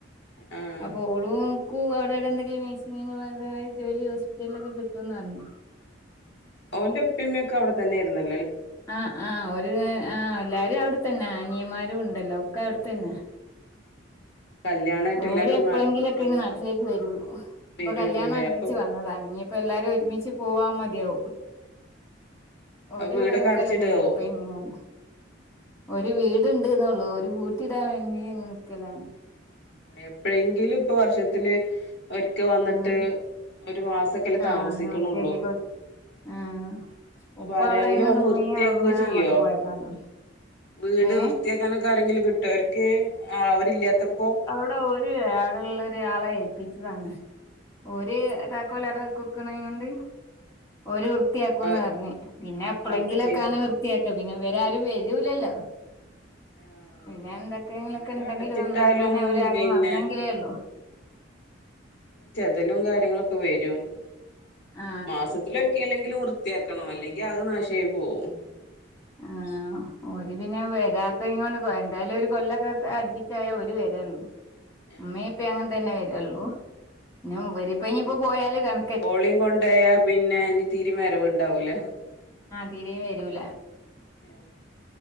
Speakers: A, on the left; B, on the left.
A: ആഹ്
B: അപ്പൊ ഓളും കു അവിടെവിടെ എന്തെങ്കിലും നഴ്സിങ്ങിനുള്ളതായ ജോലി ഹോസ്പിറ്റലിലൊക്കെ കിട്ട്വന്ന് പറഞ്ഞു
A: ഓന്റെ ഉപ്പിമ്മയൊക്കെ അവിടെ തന്നെയായിരുന്ന്.
B: ആ ആ ഓര് ആ എല്ലാരും അവിടെത്തന്നെ, അനിയൻമാരും ഉണ്ടല്ലോ ഒക്കെ അവിടെത്തന്നെ
A: കല്യാണായിട്ട്
B: ഓര്
A: എല്ലാരും
B: എപ്പളെങ്കിലും
A: നാ
B: ഒക്കെ
A: വന്നതോ
B: ഇങ്ങു നാട്ടിലേക്ക് വരുള്ളൂ, ഇപ്പൊ
A: വരുള്ളൂല്ലേ
B: കല്യാണം അടുപ്പിച്ച്
A: അപ്പൊ
B: വന്നതാണ്, ഇനിയിപ്പോ എല്ലാരും കൂടെ ഒരുമിച്ച് പോവാ മതിയാവും. ഓരിവിടെ
A: ആഹ് വീടൊക്കെ
B: ക്കലൊന്നുവില്ലേ
A: അടച്ചിടാവും
B: ഉപ്പയും ഉമ്മയുമൊന്നും? ഒരു വീടുണ്ട് എന്നള്ളു ഓരു പൂട്ടി ഇടാൻ വേണ്ടി അങ്ങന നിക്കലാണ്.
A: എപ്പഴെങ്കിലും ഇപ്പൊ വർഷത്തില് ഒരിക്ക വന്നിട്ട്
B: ആഹ്
A: ഒരു മാസൊക്കെല്ലേ
B: ആഹ്
A: താമസിക്കണൊള്ളൂ.
B: നിവൃത്തിയാക്കി കൊടു ആഹ്
A: അപ്പോ
B: ഉപ്പ
A: ആരെങ്കിലും
B: അവിടെ എങ്ങാണ്ട്
A: വന്ന്
B: ഉമ്മയും
A: വൃത്തിയാക്കുവൊക്കെ
B: അമ്മ
A: ചെയ്യോ?
B: അങ്ങോട്ട് പോയതാന്ന് തോന്നുന്നു
A: വീട്
B: ഏ
A: വൃത്തിയാക്കാനൊക്കെ ആരേങ്കിലും കിട്ട്വോ അവർക്ക്, അവരില്ല്യാത്തപ്പോ?
B: അതവര് അവിടൊള്ളൊരാളെ ഏൽപ്പിച്ചതാണ് ഓര് താക്കോലാടെ വെക്കും. ക്കണേകൊണ്ട് ഓരു വൃത്തിയാക്കുന്നാ
A: ആഹ്
B: പറഞ്ഞെ പിന്നെ എപ്പളെങ്കിലൊക്കാണ്
A: വന്ന് ചെയ്ത്
B: വൃത്തിയാ പിന്നെ ഇവരാരും വരൂലല്ലോ.
A: ആഹ്
B: പിന്നെ
A: വരൂല്ലേ
B: എന്തൊക്കെങ്ങള്ക്ക്‌
A: എന്നാലും
B: എണ്ടെങ്കില്
A: അടച്ചിട്ടാലും
B: നന്നാക്കാനേ അവരാരും
A: പിന്നെ
B: വന്നെങ്കിലേ ഉള്ളൂ.
A: ന്തേലും കാര്യങ്ങളൊക്കെ വരും
B: ആ
A: മാസത്തിലൊരിക്കലെങ്കിലും വൃ ത്തിയാക്കണം അല്ലെങ്കി ആകെ നാശായി പോകും.
B: ആ ഓരു പിന്നെ വരാത്തെങ്കൊണ്ട് എന്തായാലും ഒരു കൊല്ലൊക്കെ അടുപ്പിച്ചായ ഓരു വരും. ള്ളു
A: ആഹ്
B: ഉമ്മ ഇപ്പ
A: അതെ
B: അങ്ങനെ തന്നെ വരുള്ളൂ ഇവരിപ്പോ ഇനിയിപ്പ പോയാല് ക
A: ഓളേം കൊണ്ടയാ പിന്നെ ഇനി തീരേം വരവുണ്ടാവൂല.
B: തീരേം വരൂല.
A: ആ